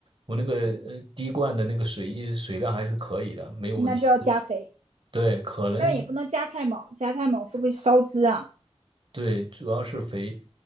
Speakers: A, on the right (about 50°); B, on the right (about 75°).
A: 我那个呃滴灌的那个水一直水量还是可以的，没有问题。
B: 那就要加肥，
A: 对，可能
B: 但也不能加太猛，加太猛会不会烧枝啊？
A: 对，主要是肥